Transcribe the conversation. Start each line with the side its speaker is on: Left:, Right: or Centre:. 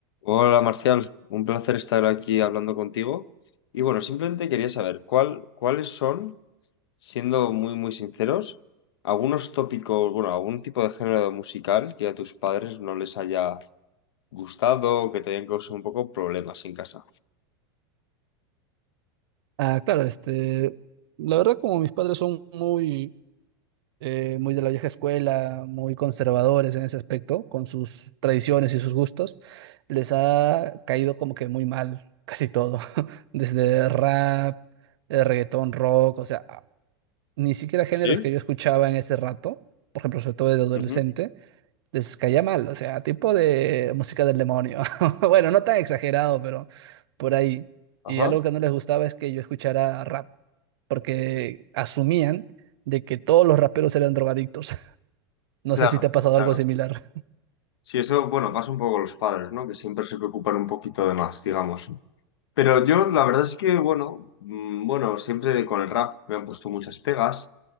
Left: Hola Marcial, un placer estar aquí hablando contigo. Y bueno, simplemente quería saber cuál, cuáles son, siendo muy muy sinceros, algunos tópicos, bueno, algún tipo de género musical que a tus padres no les haya gustado o que te hayan causado un poco problemas en casa.
Right: Ah, claro, este, la verdad como mis padres son muy, eh, muy de la vieja escuela, muy conservadores en ese aspecto, con sus tradiciones y sus gustos, les ha caído como que muy mal casi todo, <laughs> desde rap, eh, reggaetón, rock, o sea, ni siquiera géneros
Left: Sí,
Right: que yo escuchaba en ese rato, por ejemplo, sobre todo de adolescente
Left: ujú.
Right: les caía mal, o sea, tipo de música del demonio. <laughs> Bueno, no tan exagerado, pero por ahí.
Left: Ajá.
Right: Y algo que no les gustaba es que yo escuchara rap, porque asumían de que todos los raperos eran drogadictos. <laughs> No
Left: Claro,
Right: sé si te ha pasado
Left: claro.
Right: algo similar.
Left: Sí, eso, bueno, pasa un poco con los padres, ¿no? Que siempre se preocupan un poquito de más, digamos. Pero yo, la verdad es que, bueno, mm, bueno, siempre con el rap me han puesto muchas pegas.